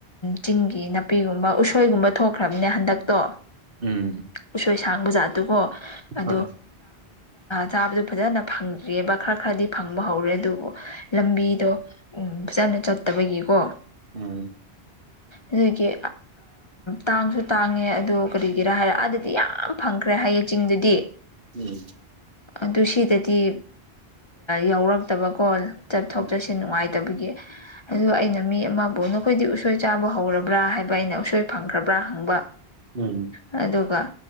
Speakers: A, on the left; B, on the right.
A: ꯆꯤꯡꯒꯤ ꯅꯥꯄꯤꯒꯨꯝꯕ ꯎꯁꯣꯏꯒꯨꯝꯕ ꯊꯣꯛꯈ꯭ꯔꯕꯅꯦ ꯍꯟꯗꯛꯇꯣ
B: ꯎꯝ
A: ꯎꯁꯣꯏ ꯁꯥꯡꯕ ꯖꯥꯠꯇꯨꯀꯣ ꯑꯗꯣ
B: ꯍꯣꯏ
A: ꯆꯠꯕꯗꯨ ꯐꯖꯅ ꯐꯪꯗ꯭ꯦꯕ ꯈꯔ ꯈꯔꯗꯤ ꯐꯪꯕ ꯍꯧꯔꯦ ꯑꯗꯨꯕꯨ ꯂꯝꯕꯤꯗꯣ ꯎ ꯐꯖꯅ ꯆꯠꯇꯕꯒꯤꯀꯣ꯫
B: ꯎꯝ
A: ꯑꯗꯨꯒꯤ ꯇꯥꯡꯁꯨ ꯇꯥꯡꯉꯦ ꯑꯗꯨ ꯀꯔꯤꯒꯤꯔ ꯍꯥꯏꯔꯦ ꯑꯗꯨꯗꯤ ꯌꯥꯝ ꯐꯪꯈ꯭ꯔꯦ ꯍꯥꯏꯌꯦ ꯆꯤꯡꯗꯨꯗꯤ
B: ꯎꯝ
A: ꯑꯗꯨ ꯁꯤꯗꯗꯤ ꯌꯥꯎꯔꯛꯇꯕꯀꯣ ꯆꯠꯊꯣꯛ
B: ꯎꯝ
A: ꯆꯠꯁꯤ ꯅꯨꯡꯉꯥꯏꯇꯦ꯫ ꯅꯨꯡꯉꯥꯢꯇꯕꯒꯤ꯫ ꯑꯗꯨ ꯑꯩꯅ ꯃꯤ ꯑꯃꯕꯨ ꯅꯈꯣꯏꯗꯤ ꯎꯁꯣꯏ ꯆꯥꯕ ꯍꯧꯔꯕ꯭ꯔꯥ ꯍꯥꯏꯕ ꯑꯩꯅ ꯎꯁꯣꯏ ꯐꯪꯈ꯭ꯔꯕ꯭ꯔꯥ ꯍꯪꯕ
B: ꯎꯝ
A: ꯑ ꯑꯗꯨꯒ